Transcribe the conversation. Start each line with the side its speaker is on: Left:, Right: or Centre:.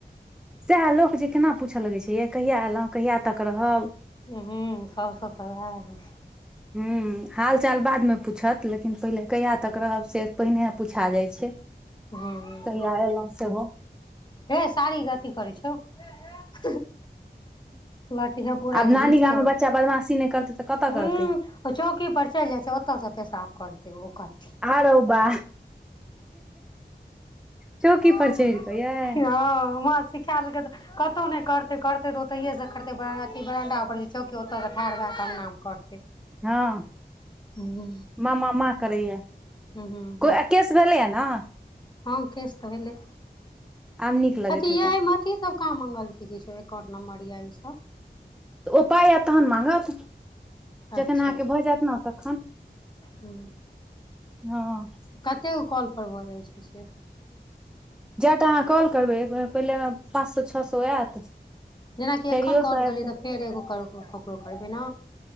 Centre: सएह लोक जे केना पूछय लगै छै यै कहिया एलहुँ कहिया तक रहब
Left: हँ सबसँ तऽ उएह रहइ छै
Centre: हू हालचाल बादमे पूछत लेकिन पहिले कहिया तक रहब से पहिने पूछा जाइत छै
Left: हँ
Centre: कहिया एलहुँ सेहो
Left: हे सारीक अथी करै छौ <unintelligible> लठीे पूरा
Centre: आब
Left: के
Centre: नानी
Left: घीच
Centre: गाममे
Left: कऽ
Centre: बच्चा बदमाशी नहि करतै तऽ कतऽ
Left: ह
Centre: करतै
Left: चौकी पर चलि जाइ छै ओतऽ से पे साफ करते ओ कट्ठी
Centre: आरो बा चौकी
Left: ह
Centre: पर चढ़ि कऽ यै
Left: मा सिखा देलकै त कतहु नइ करतै करतै तऽ ओतहिएसँ करतै अथी बरण्डापर जे चौकी ओतअ सॉ ठाढ़ भए क अंगना म करतै
Centre: हँ
Left: हूँ
Centre: मा मा मा करैय य
Left: हूँ हूँ
Centre: कोइ केस भेलै ह न
Left: हँ केस तऽ भेलहि
Centre: आब नीक लगैत
Left: अथि
Centre: हेतनि
Left: यै एय म अथि सब का मंगलकै किछो एकाउंट नंबर या ई सब
Centre: ओ पाइ ऐत तहन माँगत जखन
Left: अच्छा
Centre: अहाँके भऽ जायत ने तखन
Left: हूँ
Centre: हँ
Left: कतेक कऽ कॉल पर भऽ जाइ छै से
Centre: जाए टा अहाँ कॉल करबै एक बेर म पहिले पाँच सै छ सै ऐत
Left: जेनाकि
Centre: चारियओ
Left: एखन कॉल
Centre: सै
Left: करलियै
Centre: आइब सकै
Left: तऽ फेर एगो कर ककरो करबै ने